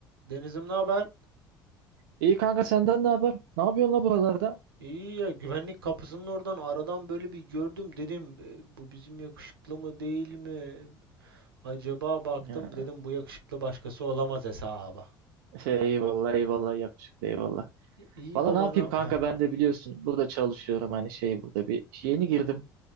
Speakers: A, on the right; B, on the right.
A: Denizim ne haber?
B: İyi kanka senden ne haber? Ne yapıyorsun la buralarda?
A: İyi ya güvenlik kapısının oradan aradan böyle bir gördüm dedim "E, bu bizim yakışıklı mı değil mi? Acaba baktım
B: Ya,
A: dedim bu yakışıklı başkası olamaz hesaba.
B: şey, eyvallah eyvallah yakışıklı eyvallah.
A: İ- İyi
B: Valla
A: baba
B: ne yapayım
A: ne?
B: kanka
A: Heh,
B: ben de biliyorsun burada çalışıyorum hani şey burada bir yeni girdim.